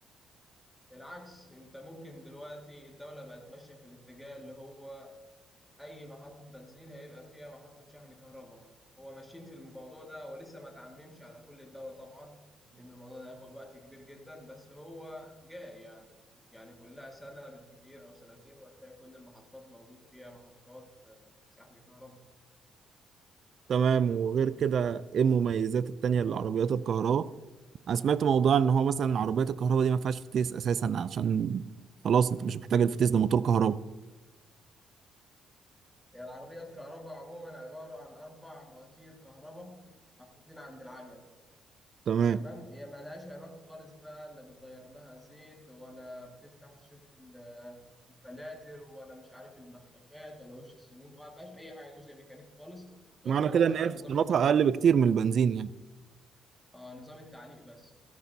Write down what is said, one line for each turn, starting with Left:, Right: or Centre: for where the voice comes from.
Centre: بالعكس انت ممكن دلوقتي الدولة بقت ماشية في الاتجاه اللي هو أي محطة بنزين هيبقى فيها محطة شحن كهرباء هو ماشيين في الموضوع ده ولسه ما تعممش على كل الدولة طبعا إن الموضوع ده هياخد وقت كبير جدا بس هو جاي يعني يعني كلها سنة بالكتير أو سنتين وهتلاقي كل المحطات موجود فيها محطات آه، شحن كهرباء
Right: تمام وغير كده ايه المميزات التانية للعربيات الكهرباء انا سمعت موضوع ان هو مثلا عربيات الكهرباء دي ما فيهاش فتيس اساسا عشان خلاص انت مش محتاج الفتيس ده موتور كهرباء
Centre: هي العربية الكهرباء عموما عبارة عن أربع مواتير كهرباء محطوطين عند العجل
Right: تمام
Centre: تمام هي ملهاش علاقة خالص بقى لا بتغير لها زيت ولا بتفتح تشوف ال- الفلاتر ولا مش عارف البخاخات ولا وش السنون ما فيهاش أي حاجة جزء ميكانيكي خالص
Right: معنى
Centre: غير هو
Right: كده ان هي
Centre: نظام
Right: فصيلاتها
Centre: التعليق
Right: اقل بكتير من البنزين يعني
Centre: اه نظام التعليق بس